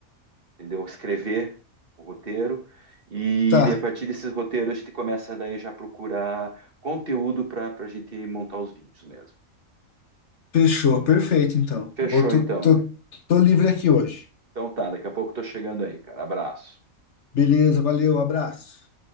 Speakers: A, on the right; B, on the left.
A: entendeu? Escrever o roteiro e
B: Tá,
A: de- a partir desses roteiros a gente começa daí já a procurar conteúdo para a gente montar os vídeos mesmo.
B: fechou, perfeito então.
A: Fechou
B: Vou, tô,
A: então,
B: tô,
A: mano.
B: tô livre aqui hoje.
A: Então tá, daqui a pouco eu tô chegando aí, cara. Abraço.
B: Beleza, valeu, abraço.